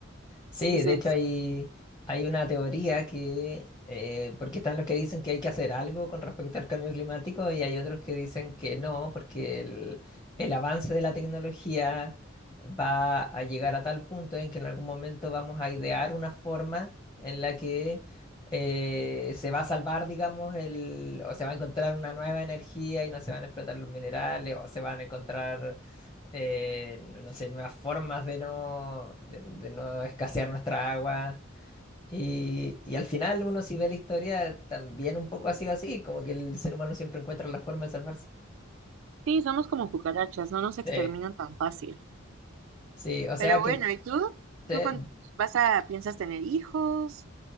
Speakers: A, on the left (about 20°); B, on the right (about 70°).
A: Sí,
B: Dice,
A: de hecho hay, hay una teoría que, eh, porque están los que dicen que hay que hacer algo con respecto al cambio climático y hay otros que dicen que no, porque el, el avance de la tecnología va a llegar a tal punto en que en algún momento vamos a idear una forma en la que eh, se va a salvar, digamos, el, o se va a encontrar una nueva energía y no se van a explotar los minerales o se van a encontrar eh, no no sé, nuevas formas de no, de, de no escasear nuestra agua. Y, y al final uno si ve la historia también un poco ha sido así, como que el ser humano siempre encuentra la forma de salvarse.
B: sí, somos como cucarachas, no nos exterminan
A: Sí,
B: tan fácil.
A: sí, o sea
B: Pero
A: que
B: bueno, ¿y tú?
A: te-
B: ¿Tú con- vas a, piensas tener hijos?